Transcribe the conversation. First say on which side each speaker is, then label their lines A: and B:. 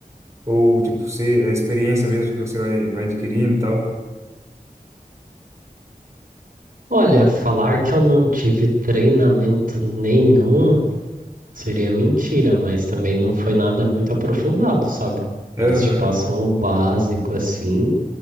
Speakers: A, on the right (about 20°); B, on the right (about 60°).
A: Ou, tipo, ser a experiência mesmo que você vai, vai adquirindo e tal.
B: olha, falar que eu não tive treinamento nenhum. Seria mentira, mas também não foi nada muito aprofundado, sabe?
A: Aham.
B: Eles te passam o básico assim,